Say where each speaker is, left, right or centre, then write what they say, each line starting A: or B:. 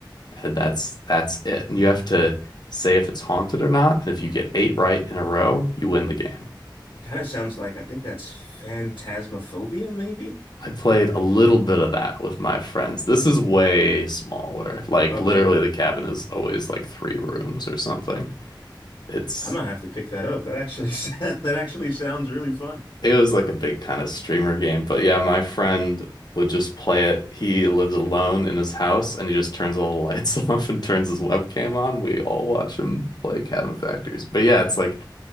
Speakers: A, on the left; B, on the left.
A: And that's that's it. And you have to say if it's haunted or not. And if you get eight right in a row, you win the game.
B: It kind of sounds like I think that's phantasmophobia, maybe?
A: I played a little bit of that with my friends. This is way smaller. Like
B: Okay.
A: literally the cabin is always like three rooms or something. It's
B: I'm gonna have to pick that up. That actually <laughs> that actually sounds really fun.
A: it was like a big kind of streamer game, but yeah, my friend would just play it. He lives alone in his house and he just turns all the lights <laughs> off and turns his webcam on. We all watch him play Cabin Factories. But yeah, it's like